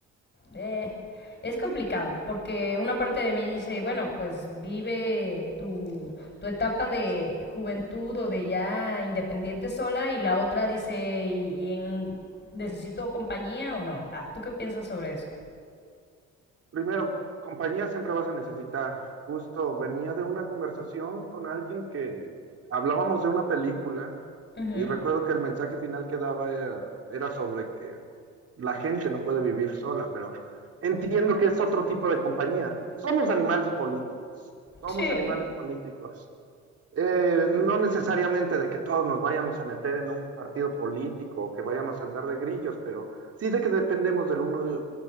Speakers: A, on the left; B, on the right.
A: eh, es complicado, porque una parte de mí dice, bueno, pues vive tu, tu etapa de juventud o de ya independiente sola, y la otra dice, ¿y, y en- necesito compañía o no? Ah, ¿tú qué piensas sobre eso?
B: Primero, compañía siempre vas a necesitar. Justo venía de una conversación con alguien que hablábamos de una película
A: Ujú.
B: y recuerdo que el mensaje final que daba era, era sobre que la gente no puede vivir sola, pero entiendo que es otro tipo de compañía. Somos animales políticos. Somos
A: Sí,
B: animales políticos. Eh, no necesariamente de que todos nos vayamos a meter en un partido político o que vayamos a andar de grillos, pero sí de que dependemos del uno